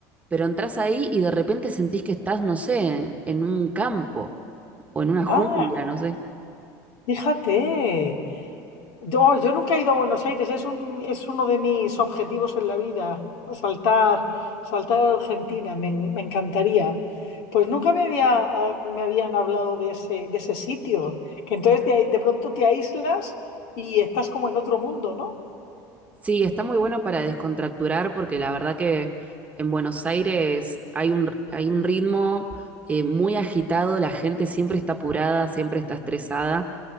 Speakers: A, on the right; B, on the left.
A: pero entras ahí y de repente sentís que estás, no sé, en un campo o en una jungla,
B: Ah,
A: no sé.
B: fíjate. Yo, oh, yo nunca he ido a Buenos Aires, es un, es uno de mis objetivos en la vida, saltar, saltar a Argentina, me, en- me encantaría. Pues nunca me había, eh, me habían hablado de ese, de ese sitio, que entonces de, ahí- de pronto te aíslas y estás como en otro mundo, ¿no?
A: Sí, está muy bueno para descontracturar porque la verdad que en Buenos Aires hay un, hay un ritmo eh, muy agitado, la gente siempre está apurada, siempre está estresada